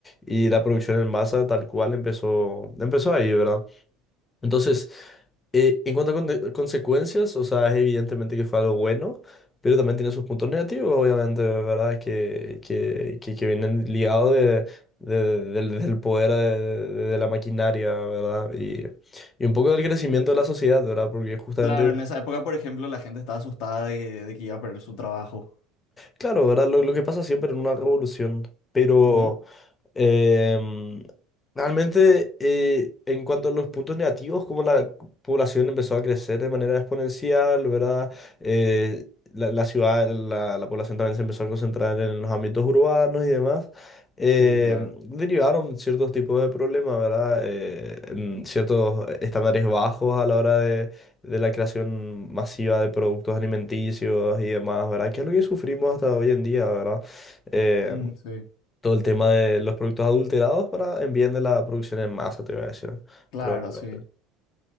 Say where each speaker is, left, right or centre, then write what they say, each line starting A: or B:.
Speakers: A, on the left; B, on the left.
A: y la producción en masa tal cual empezó, empezó ahí, ¿verdad? Entonces, eh, en cuanto a conde- consecuencias, o sea, es evidentemente que fue algo bueno, pero también tiene sus puntos negativos, obviamente, ¿verdad? Que, que, que, que vienen ligados de, de- del, del poder de, de- de la maquinaria, ¿verdad? Y, y un poco del crecimiento de la sociedad, ¿verdad? Porque justamente,
B: Claro, en esa época, por ejemplo, la gente estaba asustada de, que de que iba a perder su trabajo.
A: claro, ¿verdad? Lo, lo que pasa siempre en una revolución, pero...
B: Ujú.
A: Em, realmente, eh, en cuanto a los puntos negativos, como la población empezó a crecer de manera exponencial, ¿verdad? Eh, la, la ciudad, la, la población también se empezó a concentrar en los ámbitos urbanos y demás. em,
B: Sí, claro.
A: derivaron ciertos tipos de problemas, ¿verdad? Eh, en ciertos estándares bajos a la hora de, de la creación masiva de productos alimenticios y demás, ¿verdad? Que es lo que sufrimos hasta hoy en día, ¿verdad? eh,
B: Mm, sí.
A: todo el tema de los productos adulterados para en bien de la producción en masa, te voy a decir.
B: Claro,
A: Pero, pero
B: sí.
A: sí.